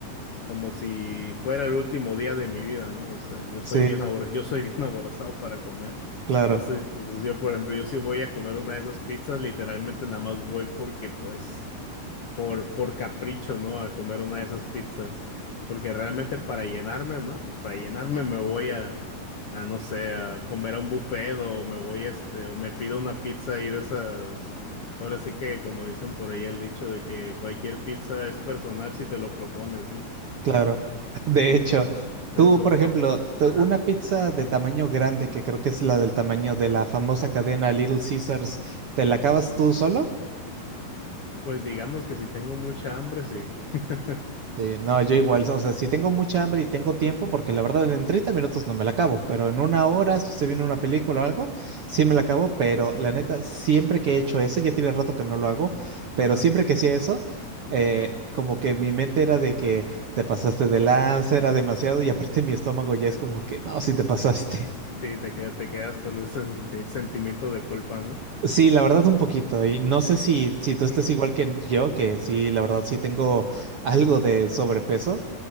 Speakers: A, on the left; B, on the right.
A: como si fuera el último día de mi vida, ¿no? O sea, yo
B: sí,
A: soy bien abora- yo soy bien <laughs> aborazado para comer.
B: claro.
A: Entonces, o yo, por ejemplo, yo sí voy a comer una de esas pizzas, literalmente nada más voy porque, pues, por, por capricho, ¿no? A comer una de esas pizzas. Porque realmente para llenarme, no, pues para llenarme me voy a, a no sé, a comer a un buffet o me voy, este, o me pido una pizza ahí de esas. Ahora sí que, como dicen por ahí el dicho de que cualquier pizza es personal si te lo propones, ¿no?
B: Claro. <laughs> De
A: Entonces,
B: hecho, Entonces, tú,
A: entonces,
B: por ejemplo, te-
A: ajá.
B: una pizza de tamaño grande, que creo que es la del tamaño de la famosa cadena Little Caesars, ¿te la acabas tú solo?
A: Pues digamos que si tengo mucha hambre, sí. <laughs>
B: Sí, no, yo igual, o sea, si tengo mucha hambre y tengo tiempo, porque la verdad en 30 minutos no me la acabo, pero en una hora, si se viene una película o algo, sí me la acabo, pero la neta, siempre que he hecho eso, ya tiene rato que no lo hago, pero
A: Ajá.
B: siempre que hacía eso, eh, como que mi mente era de que te pasaste de lanza, era demasiado, y
A: Sí,
B: aparte mi estómago ya es como que, no, si te pasaste. <laughs>
A: Sí, te quedas, te quedas con ese senti- sentimiento de culpa, ¿no?
B: Sí, la verdad un poquito, y no sé si, si tú estás
A: <laughs>
B: igual que yo, que sí, la verdad sí tengo algo de sobrepeso.